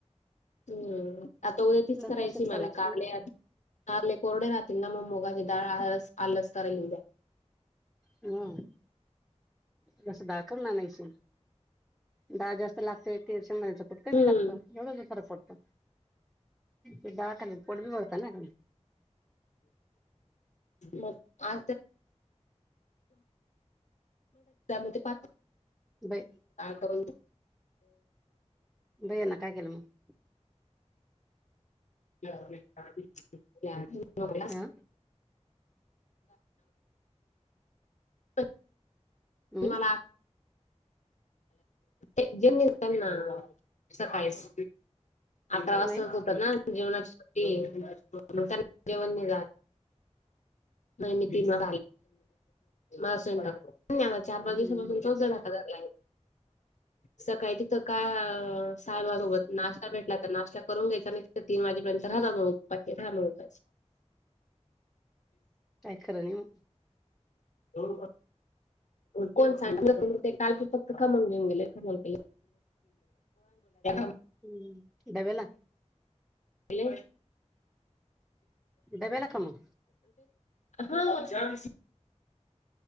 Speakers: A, on the left (about 85°); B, in the centre.
A: हम्म आता उद्या तीच
B: लसलशीत
A: करायची मला काल
B: नाही तर
A: आले कोरडे राहतील ना म मुगाची दाळ आलास करल उद्या
B: हम बस दाखव ना नाहीस डळ जास्त लागतेी च म्याच कुठ कमी
A: हम्म
B: लागतं एवढं फरक पडतो दडहा पोड बी बरतात ना
A: म आ म पा
B: बै
A: कर
B: बैया ना काय केलं मग
A: ला
B: हा
A: त
B: हम्म
A: मला ते ज्यांनी त्यांना सकाळीच अठरा वाजताच
B: नाही
A: होत ना जेवणा त्यांना जेवण जात नैमतीला मास धन्यवाद चार पाच
B: हम्म
A: दिवसा पाासून चौदा ढाका झालाय सकाळी तिथ का साहेब सोबत नाश्ता भेटला तर नाश्ता करून घ्यायचा नि ती माझी पर्यंत राहता मग पे थांबळ होत
B: काय खर निम
A: <unintelligible> कोण सांगितलं तु ते काल प फक्त कमावून घेऊनेले कमा <unintelligible> <unintelligible>
B: हम् डब्याला
A: हॅलो
B: डब्याला का म
A: हा <unintelligible>